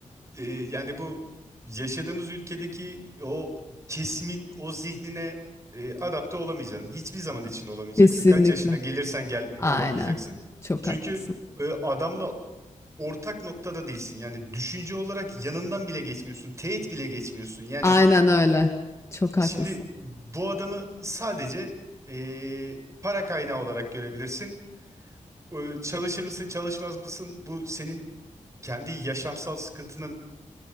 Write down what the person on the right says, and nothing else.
e, yani bu yaşadığımız ülkedeki o kesimin o zihnine e, adapte olamayacaksın. Hiçbir zaman içinde olamayacaksın.
Kaç yaşına gelirsen gel
olamayacaksın.
Çünkü
e, adamla ortak noktada değilsin. Yani düşünce olarak yanından bile geçmiyorsun. Teğet bile geçmiyorsun. Yani
şimdi bu adamı sadece e, para kaynağı olarak görebilirsin. E, çalışır mısın, çalışmaz mısın? Bu senin kendi yaşamsal sıkıntının